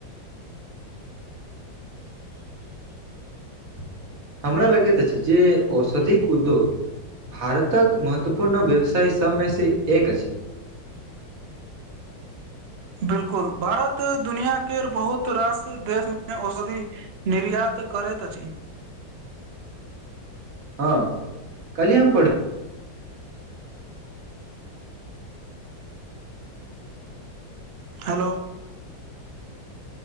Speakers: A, on the right; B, on the right.
A: ह <unintelligible> <inaudible> <inaudible> हमरा लगैत अछि जे औषधिक उद्योग भारतक महत्वपूर्ण व्यवसाय सभमेसँ एक अछि
B: बिल्कुल भारत दुनिया के बहुत रास देशमे औषधि निर्यात करैत अछि
A: हँ कल्हि हम पढ़
B: हेलो